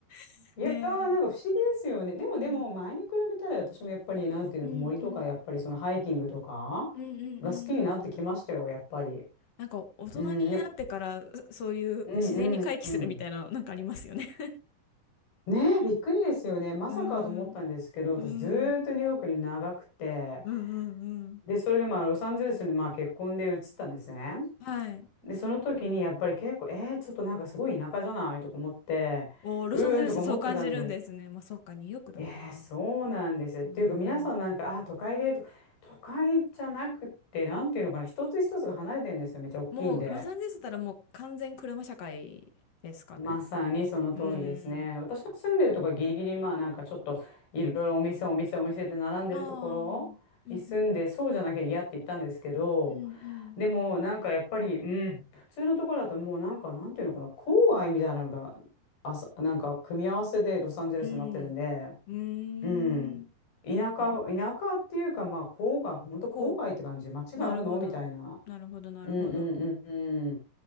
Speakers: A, on the left; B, on the left.
A: <laughs>
B: いやー、
A: ねえ。
B: なんか不思議ですよね。でもでも、
A: うん。
B: 前に比べたら私もやっぱり、なんていうの、
A: うんうん。
B: 森とか、やっぱりそのハイキングとかが好きになってきましたよ、
A: うんうんうん。
B: やっぱり。
A: なんか、大人になってから、
B: うん、やっぱ、
A: そそういう自然に回帰するみたいなの、
B: うんうんうん。
A: なんかありますよね
B: ねえ、びっくりですよね。
A: <laughs>
B: まさかと思ったんですけど、
A: うん。
B: 私ずーっとニューヨークに長くて、
A: うん。うんうんうん。
B: で、それでまあ、ロサンゼルスにまあ結婚で移ったんですね。
A: はい。
B: で、その時にやっぱり結構、えー、ちょっとなんかすごい田舎じゃないとか思って、
A: おー、ロサンゼルスそう感じるんですね。
B: うーんとか思ってたんで
A: まあ、そっか、ニューヨークだもんな。
B: ええそうなんですよ。っていうか皆さんなんか、
A: うん。
B: あ、都会でと、都会じゃなくって、なんていうのかな、一つ一つが離れてるんですよ。めっちゃ大きいんで。
A: もうロサンゼルスだったらもう完全車社会ですかね。
B: まさにその通りですね。
A: うーん。
B: 私の住んでるとこはギリギリ、まあなんかちょっといろいろお店お店お店って並んでるところに住んで、
A: ああ、うんうんうん
B: そうじゃなきゃ嫌って言ったんですけど、
A: うんうん。
B: でもなんかやっぱり、うん、普通のところだともうなんか、なんていうのかな、郊外みたいなのが、あさ、なんか組み合わせでロサンゼルスになってるんで、
A: うん。うーん。
B: うん。田舎、
A: あ、
B: 田舎っていうか、まあ、郊外、本当郊外って感じ。
A: こ
B: 街があるのみたいな。
A: う、なるほど。なるほど、なるほど。
B: うんうんうんうん。